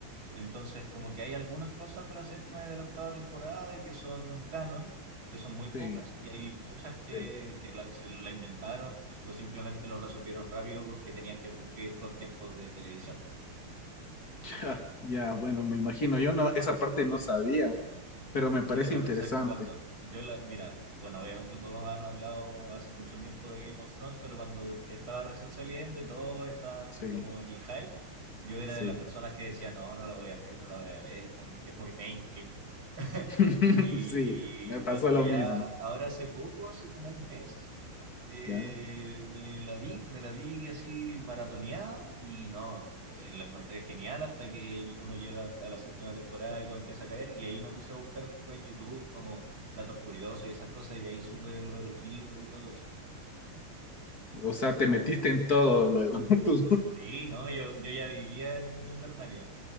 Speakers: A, on the right; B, on the left.
A: Entonces, como que hay algunas cosas de la séptima y de la octava temporada de que son canon, que son muy pocas,
B: sí,
A: y hay muchas que,
B: sí. <laughs>
A: que la- se la inventaron o simplemente lo resolvieron rápido porque tenían que cumplir con tiempos de televisión.
B: Ya, ya, bueno, me imagino, yo no, esa parte no sabía, pero me
A: Sí,
B: parece
A: lo que
B: interesante.
A: pasa es que cuando yo la, mira, bueno, obviamente todos han hablado hace mucho tiempo de Game of Thrones, pero cuando estaba recién saliendo y todos estaban
B: Sí,
A: como en el hype, yo era
B: sí.
A: de las personas que decía, no, no la voy a ver, no la voy a ver, es muy, es muy mainstream. <laughs>
B: <laughs>
A: Y
B: Sí, me pasó
A: cuando
B: lo
A: ya,
B: mismo,
A: ahora hace poco, hace como un mes, eh,
B: ¿ya?
A: me la vi, me la vi así maratoneada y no, eh, la encontré genial hasta que uno llega a la séptima temporada y todo empieza a caer. Y ahí me puse a buscar después en YouTube como datos curiosos y esas cosas. Y ahí supe lo de los libros y todo eso.
B: O sea, te metiste en todo luego. <laughs> tú.
A: Sí, no, yo, yo ya vivía en Invernalia.